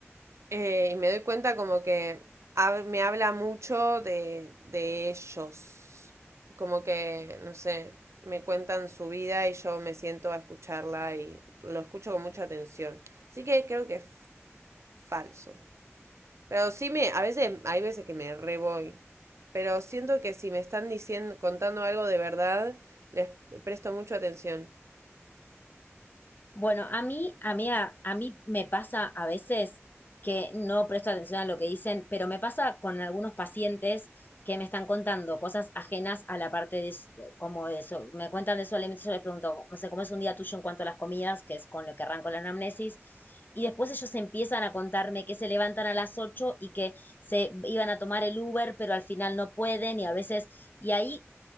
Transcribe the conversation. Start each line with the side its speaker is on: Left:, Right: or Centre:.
Right: eh, y me doy cuenta como que hab- me habla mucho de, de ellos. Como que, no sé, me cuentan su vida y yo me siento a escucharla y lo escucho con mucha atención. Así que creo que es falso. Pero sí me, a veces, hay veces que me re voy. Pero siento que si me están diciendo, contando algo de verdad, les presto mucha atención.
Left: Bueno, a mí, a mí, a, a mí me pasa a veces que no presto atención a lo que dicen, pero me pasa con algunos pacientes que me están contando cosas ajenas a la parte de s- como eso. Me cuentan de su alimento, yo les pregunto, no sé, ¿cómo es un día tuyo en cuanto a las comidas? Que es con lo que arranco la anamnesis. Y después ellos empiezan a contarme que se levantan a las 8 y que se iban a tomar el Uber, pero al final no pueden y a veces, y ahí